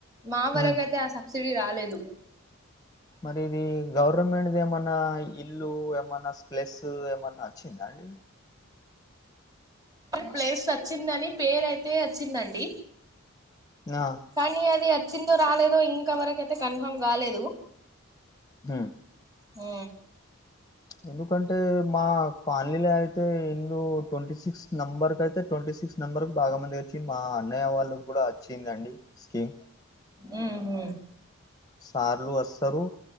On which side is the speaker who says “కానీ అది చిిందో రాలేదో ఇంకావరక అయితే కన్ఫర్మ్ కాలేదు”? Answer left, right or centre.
Right